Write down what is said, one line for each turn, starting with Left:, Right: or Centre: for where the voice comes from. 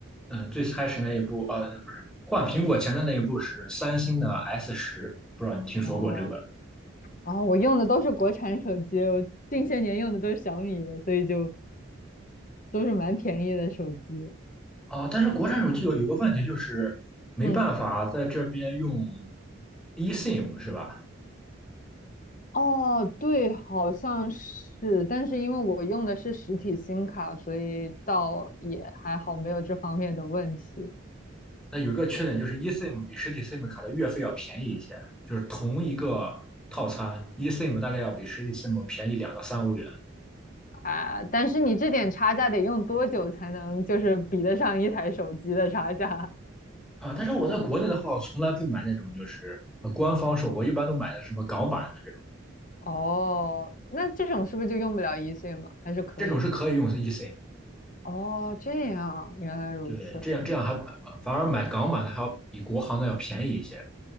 Centre: 嗯，最开始那一部，呃，不是换苹果前的那一部是三星的 S 十，不知道你听说过这个？
Left: 哦，啊，我用的都是国产手机，我近些年用的都是小米的，所以就都是蛮便宜的手机。
Centre: 啊？但是国产手机有有个问题就是没办法在这边用
Left: 嗯，
Centre: eSIM 是吧？
Left: 哦，对，好像是，但是因为我用的是实体 SIM 卡，所以倒也还好，没有这方面的问题
Centre: 那有一个缺点就是 eSIM 比实体 SIM 卡的月费要便宜一些，就是同一个套餐，eSIM 大概要比实体 SIM 便宜两到三欧元。
Left: 啊。但是你这点差价得用多久才能就是比得上一台手机的差价？<laughs>
Centre: 啊，但是我在国内的话，我从来不买那种就是呃官方售，我一般都买的什么港版的这种，
Left: 哦，那这种是不是就用不了一岁嘛？还是可以？
Centre: 这种是可以用 eSIM 的。
Left: 哦，这样，原来如此，
Centre: 对，这样这样还呃反而买港版的还要比国行的要便宜一些。